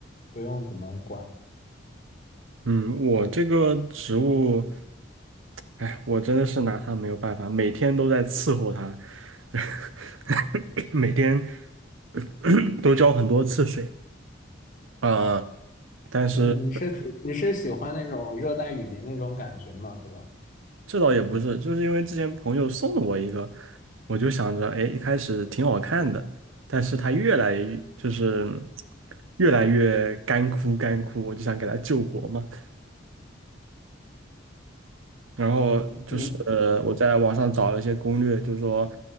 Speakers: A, on the left; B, on the right.
A: 不用怎么管。
B: 嗯，我这个植物，哎，我真的是拿它没有办法，每天都在伺候它，<laughs> 每天 <clears throat> <coughs> 都浇很多次水。啊。但是
A: 对，你是喜你是喜欢那种热带雨林那种感觉嘛，对吧？
B: 这倒也不是，就是因为之前朋友送了我一个，我就想着，哎，一开始挺好看的，但是它越来就是越来越干枯干枯，我就想给它救活嘛。然后就是
A: 嗯，
B: 我在网上找了一些攻略，就是说